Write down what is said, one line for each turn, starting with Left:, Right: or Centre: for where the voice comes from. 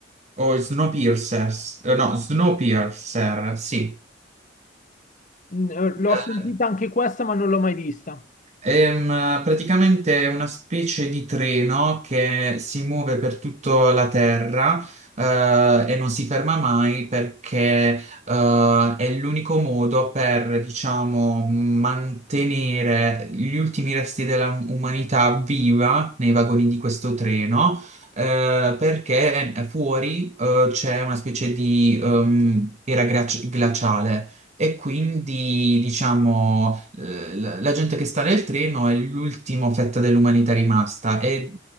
Right: o Snowpiercers, eh, no, Snowpiercer, sì.
Left: Mm, eh, L'ho sentita
Right: Eh,
Left: anche questa, ma non l'ho mai vista.
Right: Ehm, praticamente è una specie di treno che si muove per tutta la Terra, eh, e non si ferma mai perché, eh, è l'unico modo per, diciamo, mantenere gli ultimi resti della umanità viva nei vagoni di questo treno, eh, perché fuori, eh, c'è una specie di, ehm, era glaci- glaciale. E quindi, diciamo, eh, la la gente che sta nel treno è l'ultima fetta dell'umanità rimasta e